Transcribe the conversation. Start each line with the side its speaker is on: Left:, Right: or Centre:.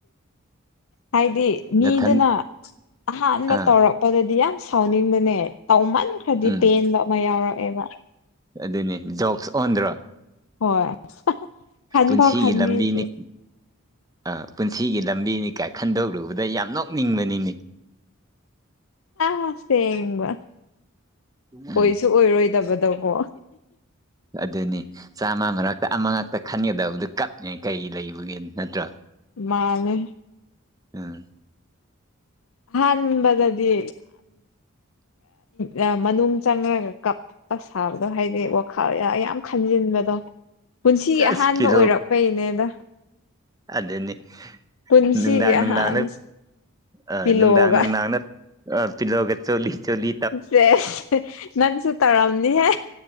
Left: ꯍꯥꯏꯗꯤ ꯃꯤꯗꯨꯅ
Right: ꯅꯊꯟ
Left: ꯑꯍꯥꯟꯕ
Right: ꯑꯥ
Left: ꯇꯧꯔꯛ ꯄꯗꯗꯤ ꯌꯥꯝ ꯁꯥꯎꯅꯤꯡꯕꯅꯦ ꯇꯥꯎꯃꯟ ꯈꯔꯗꯤ
Right: ꯎꯝ
Left: ꯄꯦꯟꯕ ꯑꯃ ꯌꯥꯎꯔꯛꯑꯦꯕ
Right: ꯑꯗꯨꯅꯤ ꯖꯣꯛꯁ ꯑꯣꯟꯗ꯭ꯔꯣ
Left: ꯍꯣꯏ ꯈꯟꯐꯥꯎ
Right: ꯄꯨꯟꯁꯤꯒꯤ
Left: ꯈꯟꯕꯤꯗ꯭ꯔꯦ
Right: ꯂꯝꯕꯤꯅꯤ ꯑ ꯄꯨꯟꯁꯤꯒꯤ ꯂꯝꯕꯤꯅꯤ ꯀꯥꯏ ꯈꯟꯗꯣꯛꯂꯨꯕꯗ ꯌꯥꯝ ꯅꯣꯛꯅꯤꯡꯕꯅꯤꯅꯦ
Left: ꯑꯁꯦꯡꯕ
Right: ꯎꯝ
Left: ꯑꯣꯏꯁꯨ ꯑꯣꯏꯔꯣꯏꯗꯕꯗꯀꯣ
Right: ꯑꯗꯨꯅꯤ ꯆꯥꯝꯃ ꯃꯔꯛꯇ ꯑꯃ ꯉꯥꯛꯇ ꯈꯟꯒꯗꯕꯗ ꯀꯞ ꯑꯦ ꯀꯩꯒꯤ ꯂꯩꯕꯒꯦ ꯅꯠꯇꯔꯥ
Left: ꯃꯥꯅꯦ
Right: ꯑꯥ
Left: ꯑꯍꯥꯟꯕꯗꯗꯤ ꯌꯥꯝ ꯃꯅꯨꯡ ꯆꯪꯉꯒ ꯀꯞ ꯑꯁ ꯁꯥꯕꯗꯣ ꯍꯥꯏꯗꯤ ꯋꯥꯈꯜ ꯌꯥꯝ ꯈꯟꯖꯤꯟꯕꯗꯣ ꯄꯨꯟꯁꯤꯒꯤ
Right: ꯆꯁ
Left: ꯑꯍꯥꯟꯕ
Right: ꯄꯤꯂꯣ
Left: ꯑꯣꯏꯔꯛꯄꯩꯅꯦꯗ
Right: ꯑꯗꯨꯅꯤ
Left: ꯄꯨꯟꯁꯤꯒꯤ
Right: ꯅꯨꯡꯗꯥꯡ ꯅꯨꯡꯗꯥꯡꯗꯥ
Left: ꯑꯍꯥꯟ
Right: ꯑ
Left: ꯄꯤꯂꯣꯒ
Right: ꯅꯨꯡꯗꯥꯡ ꯅꯨꯡꯗꯥꯡꯗ ꯑ ꯄꯤꯜꯂꯣꯒ ꯆꯣꯂꯤ ꯆꯣꯂꯤ
Left: ꯁꯦꯁ ꯅꯪꯁꯨ ꯇꯧꯔꯝꯅꯤ ꯍꯦ